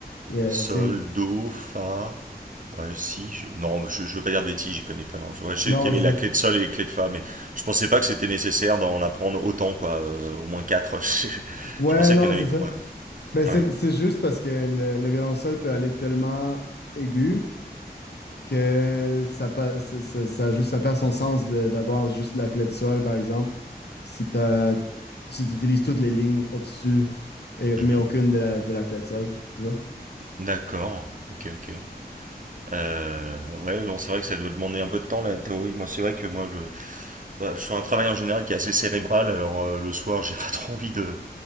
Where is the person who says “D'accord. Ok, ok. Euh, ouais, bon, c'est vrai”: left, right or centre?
Right